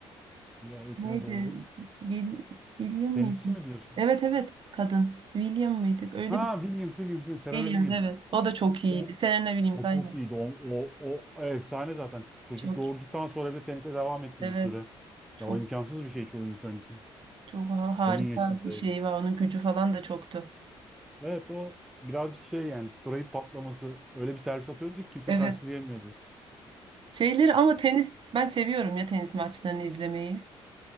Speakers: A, in the centre; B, on the right.
A: Ya etine
B: Neydi?
A: dolgun
B: Wil- William mıydı?
A: tenisçi mi diyorsun?
B: Evet evet kadın. William mıydı? Öyle
A: Ha
B: bir
A: Williams, Williams, Williams, Serena
B: Williams
A: Williams.
B: evet. O da çok iyiydi.
A: O,
B: Serena Williams
A: o
B: aynen.
A: çok iyiydi. O, o, o efsane zaten. Çocuk
B: Çok
A: doğurduktan
B: iyi.
A: sonra bile tenise devam etti
B: evet.
A: bir süre.
B: Çok
A: Ya o imkansız bir şey çoğu insan için.
B: çok ha- harika
A: Onun yaşında
B: bir
A: öyle.
B: şey var. Onun gücü falan da çoktu.
A: Evet o birazcık şey yani steroid patlaması. Öyle bir servis atıyordu ki kimse
B: Evet.
A: karşılayamıyordu.
B: Şeyleri ama tenis ben seviyorum ya tenis maçlarını izlemeyi.